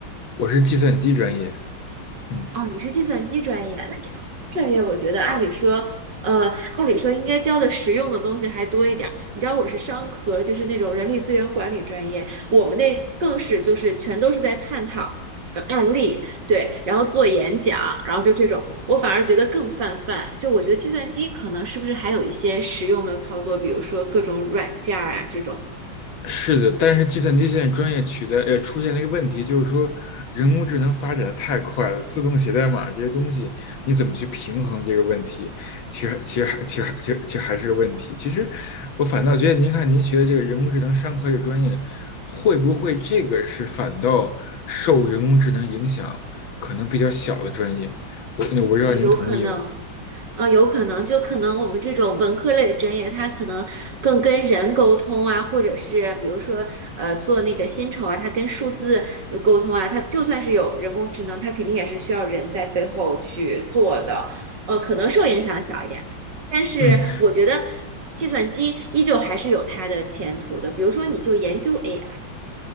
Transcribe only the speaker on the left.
我是计算机专业，嗯。
是的，但是计算机现在专业取代，呃，出现了一个问题，就是说人工智能发展的太快了，自动写代码这些东西，你怎么去平衡这个问题？其实，其实还，其实还，其实，其实还是个问题。其实，我反倒觉得，您看您学的这个人工智能商科这个专业，会不会这个是反倒受人工智能影响可能比较小的专业？我我不知道您同意吗？
嗯。